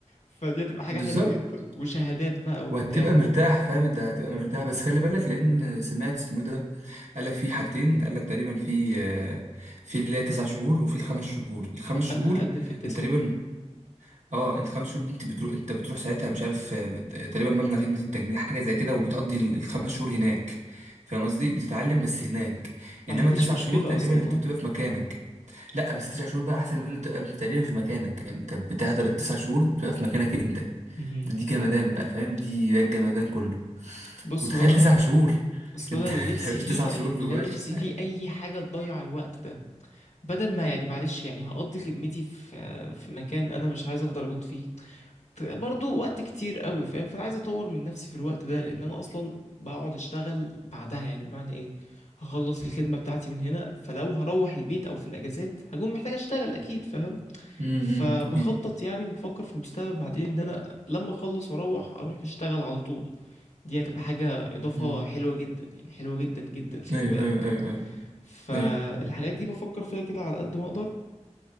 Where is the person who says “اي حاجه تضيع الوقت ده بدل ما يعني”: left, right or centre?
Left